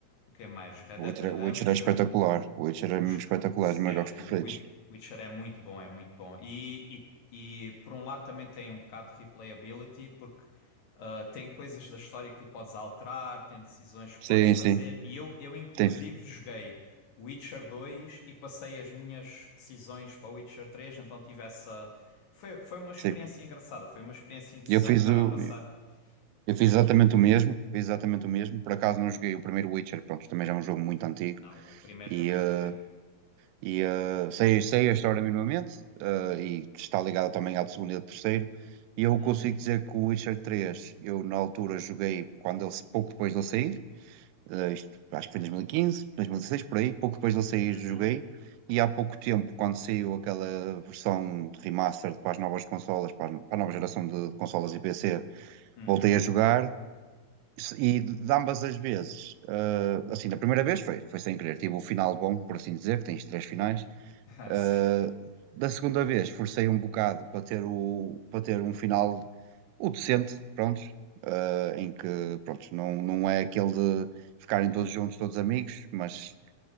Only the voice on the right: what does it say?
O
Witcher,
é- o Witcher é espetacular, o Witcher é
mesmo espetacular, os meus
jogos
preferidos.
Sim,
sim,
tem,
sim.
Eu fiz
o,
Eu
fiz
exatamente o mesmo, fiz exatamente o mesmo. Por acaso não joguei o primeiro Witcher, pronto, também já é um jogo muito antigo.
E,
eh,
e eh, sei, sei a história minimamente, eh, e que está ligada também ao do segundo e ao do terceiro. E eu
consigo dizer que o Witcher três, eu na altura joguei quando ele, pouco depois de ele sair, eh, isto, acho que foi em 2015, 2016 por aí, pouco depois de ele sair
joguei. E há pouco tempo, quando saiu aquela versão de remaster para as novas consolas, para, as- para a nova geração de consolas e PC,
voltei a jogar e de ambas as vezes, eh, assim, da primeira vez foi, foi sem querer, tive o final bom, por assim dizer, que tens três finais.
Eh,
da segunda vez, forcei um bocado para ter, o, para ter um final o decente, prontos, eh, em que, prontos, não, não é aquele de ficarem todos juntos, todos amigos, mas.